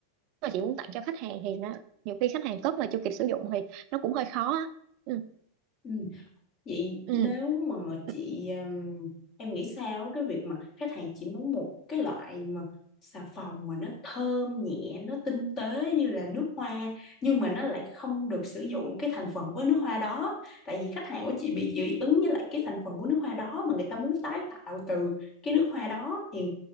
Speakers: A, on the right (about 50°); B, on the left (about 40°).
A: mà chị muốn tặng cho khách hàng thì nó nhiều khi khách hàng cất mà chưa kịp sử dụng thì nó cũng hơi khó á ừ,
B: Ừ. Vậy
A: ừ.
B: nếu mà
A: ừ.
B: chị um, em nghĩ sao cái việc mà khách hàng chỉ muốn một cái loại mà xà phòng mà nó thơm nhẹ, nó tinh tế như là nước hoa nhưng mà nó lại không được sử dụng cái thành phần của nước hoa đó. Tại vì khách hàng của chị bị dị ứng với lại cái thành phần của nước hoa đó mà người ta muốn tái tạo từ cái nước hoa đó thì